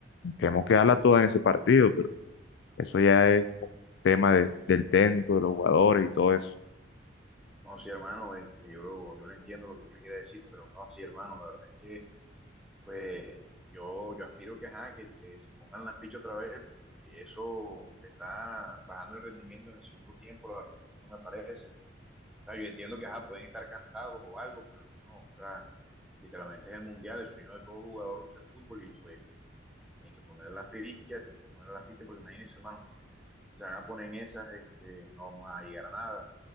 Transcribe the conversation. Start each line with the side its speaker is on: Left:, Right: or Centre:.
Left: tenemos que darla toda en ese partido, pero eso ya es como tema de- del técnico, de los jugadores y todo eso.
Centre: No, sí, hermano, este, yo lo, yo lo entiendo lo que me quiere decir, pero no, sí, hermano, la verdad es que pues yo, yo aspiro que, ajá, que, que se pongan la ficha otra vez, porque eso te está bajando el rendimiento en el segundo tiempo, la verdad es que no me parece. O sea, yo entiendo que ajá, pueden estar cansados o algo, pero no, o sea, literalmente es el mundial, el sueño de todo jugador de fútbol y pues tienen que poner la ficha, tienen que poner la ficha, porque imagínense, hermano, se van a poner en esas, este, no vamos a llegar a nada.